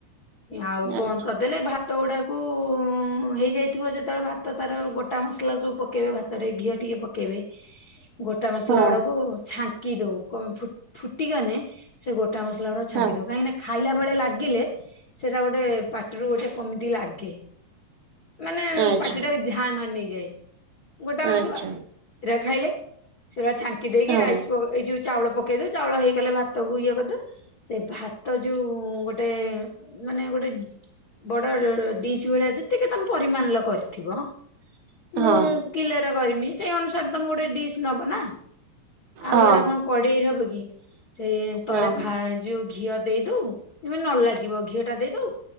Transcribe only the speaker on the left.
ଆଉ
ବନ୍ଦ କର। ଦେଲେ ଭାତ ଗୁଡ଼ାକୁ ହେଇଯାଇଥିବ। ଯେତେବେଳେ ଭାତ ତାର ଗୋଟା ମସ ମସଲା ସବୁ ପକେଇବେ ଭାତରେ ଘିଅ ଟିକେ ପକେଇବେ ଗୋଟା ମସଲା
ଗୁଡକୁ ଛା କି ଦଉ କଣ ଫୁଟଗଲେ ସେ ଗୋଟ ମଲା ଗୁଡା ଛାଙ୍କି
ଦବ। କାହିଁକିନା ଖାଇଲା ବେଳେ ଲାଗିଲେ ସେଟା ଗୋଟେ ପାଟିରୁ ଗୋଟେ କେମିତି ଲାଗେ। ମାନେ
ପାଟି ଟା ଝାଇଁ ମାରି ନେଇଯାଏ। ଗୋଟା ମସଲା
ରଗାଇଲେ ସେଗା ଛାଙ୍କି ଦେଇକି
ରାଇସ ଏଇ ଯୋଉ ଚାଉଳ ପକେଇ ଦଉ ଚାଉଳ ହେଇଗଲେ ଭାତକୁ ଇଏ କରିଦୋଉ। ସେ ଭାତ ଯୋଉ ଗୋଟେ ମାନେ ଗୋଟେ ବଡ ଡିଶ ଭଳିଆ ଯେତିକି ତମେ ପରିମାଣ ଲ କରିଥିବ। ମୁଁ
କିଲେର କରିମି ସେଇ ଅନୁସାରେ ତ ମୁଁ ଗୋଟେ ଡିସ୍ ନବ ନା ଆଉ
ଏଇଟା କଣ କଡେଇରେ ହବ କି ସେଇ ତଳେ
ଭା ଯୋଉ ଘିଅ ଦେଇଦୋଉ ଏ ମାନେ ଲାଗିବ ଘିଅ ଟା ଦେଇଦଉ